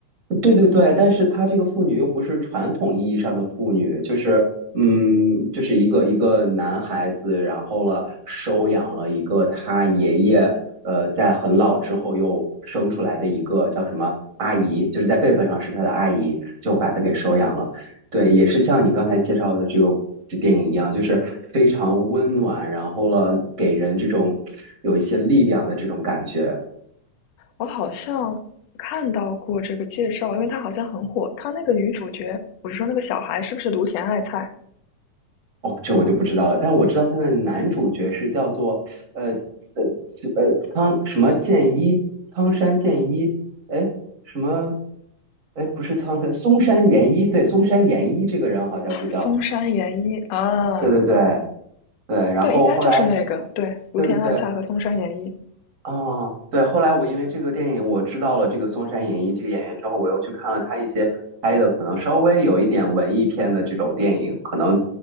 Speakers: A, on the right; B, on the left.
A: 对对对，但是她这个妇女又不是传统意义上的妇女，就是嗯，就是一个一个男孩子，然后了收养了一个他爷爷，呃，在很老之后又生出来的一个叫什么阿姨，就是在辈分上是他的阿姨，就把他给收养了。
B: 嗯，
A: 对，也是像你刚才介绍的这个这电影一样，就是非常温暖，然后了给人这种有一些力量的这种感觉。
B: 我好像看到过这个介绍，因为它好像很火。它那个女主角，我是说那个小孩，是不是芦田爱菜、
A: 哦，这我就不知道了，但我知道他的男主角是叫做呃呃呃苍什么剑一，苍山剑一，哎什么哎不是苍山，松山研一，对，松山研一这个人好像是叫，
B: 松山研一啊？
A: 对对对对，然后后来
B: 对，应该就是那个，对，芦田爱菜和松山研一。
A: 对对对，哦，对，后来我因为这个电影，我知道了这个松山演一这个演员之后，我又去看了他一些拍的可能稍微有一点文艺片的这种电影，可能